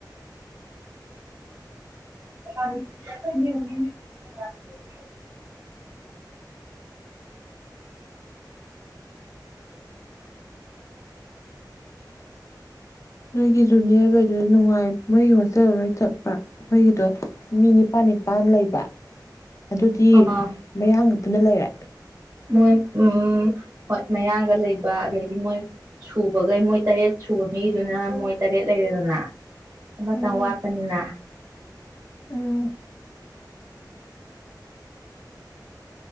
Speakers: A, on the right; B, on the left.
A: <inaudible>
B: ꯅꯣꯏꯒꯤ ꯖꯨꯅꯤꯌꯔꯈꯩꯗꯨꯗ ꯅꯨꯡꯉꯥꯏ ꯃꯣꯏꯒꯤ ꯍꯣꯁꯇꯦꯜ ꯂꯣꯏ ꯆꯠꯄ ꯃꯣꯏꯒꯤꯗꯣ ꯃꯤ ꯅꯤꯄꯥꯜ ꯅꯤꯄꯥꯟ ꯂꯩꯕ ꯑꯗꯨꯗꯤ
A: ꯑꯥ
B: ꯃꯌꯥꯡꯒ ꯄꯨꯟꯅ ꯂꯩꯔꯦ
A: ꯃꯣꯏ ꯎꯝ ꯍꯣꯏ ꯃꯌꯥꯡꯒ ꯂꯩꯕ ꯑꯗꯩꯗꯤ ꯃꯣꯏ ꯁꯨꯕꯈꯩ ꯃꯣꯏ ꯇꯔꯦꯠ ꯁꯨꯕ ꯃꯤꯗꯨꯅ ꯃꯣꯏ ꯇꯔꯦꯠ ꯂꯩꯔꯦꯗꯅ꯫ ꯑꯃꯇꯪ
B: ꯎꯝ
A: ꯋꯥꯠꯄꯅꯤꯅ
B: ꯎꯝ